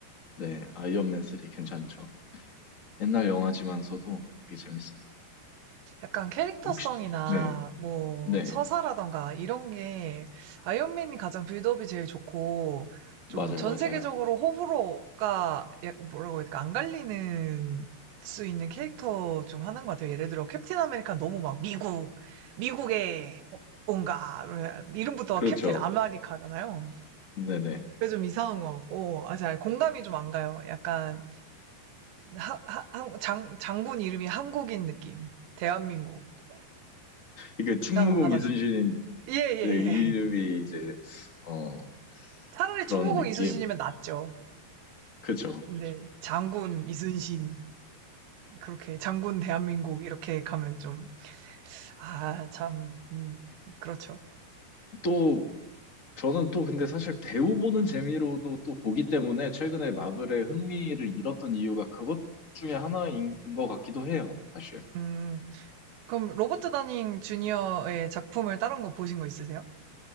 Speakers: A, on the left; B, on the right.
A: 네, 아이언맨 3 괜찮죠. 옛날 영화지만서도 되게 재밌습니다.
B: 약간 캐릭터성이나
A: 혹시, 네,
B: 뭐
A: 네,
B: 서사라던가 이런 게 아이언맨이 가장 빌드업이 제일 좋고 좀
A: 맞아요,
B: 전
A: 맞아요.
B: 세계적으로 호불호가 약 뭐라고 해야 될까 안 갈리는 수 있는 캐릭터 중 하나인 것 같아요. 예를 들어 캡틴 아메리카 너무 막 미국, 미국의 뭔가 이름부터
A: 그렇죠.
B: 캡틴 그렇죠. 아메리카잖아요.
A: 네네.
B: 그게 좀 이상한 것 같고 아, 잘 공감이 좀 안 가요. 약간 하- 하- 한- 장, 장군 이름이 한국인 느낌. 대한민국. 음,
A: 이게 충무공
B: 이상하다
A: 이순신
B: 싶어요. 예, 예,
A: 그 이름이
B: 예.
A: 이제 어,
B: 차라리
A: 그런
B: 충무공
A: 느낌.
B: 이순신이면 낫죠.
A: 그죠.
B: 근데 장군 이순신 그렇게 장군 대한민국 이렇게 가면 좀 아, 참 음, 그렇죠.
A: 또, 저는 또 근데 사실 배우 보는 재미로도 또 보기 때문에 최근에 마블의 흥미를 잃었던 이유가 그것 중에 하나인 것 같기도 해요, 사실.
B: 음, 그럼 로버트 다닝 주니어의 작품을 다른 거 보신 거 있으세요?